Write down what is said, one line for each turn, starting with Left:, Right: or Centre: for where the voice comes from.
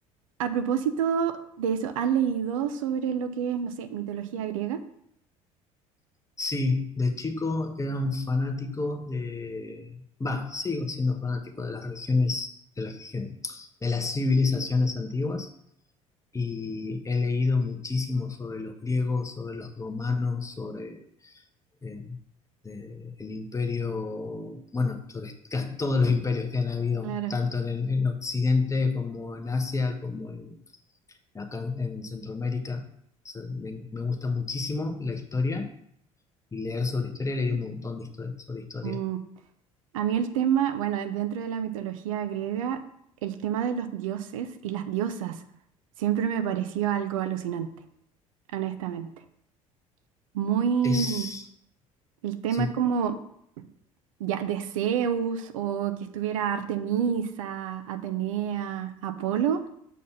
Right: a propósito de eso, ¿has leído sobre lo que es, no sé, mitología griega?
Left: Sí, de chico era un fanático de... Va, sigo siendo fanático de las religiones, de las religiones, de las civilizaciones antiguas y he leído muchísimo sobre los griegos, sobre los romanos, sobre eh, de- el imperio, bueno, sobre casi todos los imperios que han habido,
Right: Claro.
Left: tanto en el en Occidente como en Asia, como en, acá en Centroamérica. O sea, me, me gusta muchísimo la historia y leer sobre historia, leí un montón de historia, sobre historia.
Right: Mm, A mí el tema, bueno, dentro de la mitología griega, el tema de los dioses y las diosas siempre me pareció algo alucinante, honestamente. muy
Left: Es,
Right: el tema
Left: sí,
Right: como ya de Zeus o que estuviera Artemisa, Atenea, Apolo,